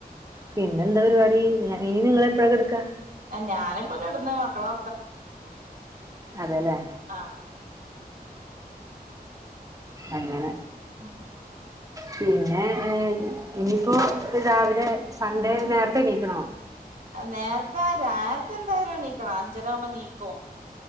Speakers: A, on the right; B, on the right.
A: പിന്നെന്താ പരിപാടി ഇനി നിങ്ങളെപ്പഴാ കെടക്കാ
B: ഞാനിപ്പ കെടന്നു മക്കളോ
A: അതെല്ലേ
B: ആഹ്
A: അങ്ങന
B: ആഹ്
A: പിന്നേ ഇനിപ്പോ രാവിലെ സൺഡേ നേരത്തെ എണീക്കണോ
B: നേർത്തെ നേർത്തെ എന്തായാലും നീക്കണം അഞ്ചരാവുമ്പോ ണീക്കും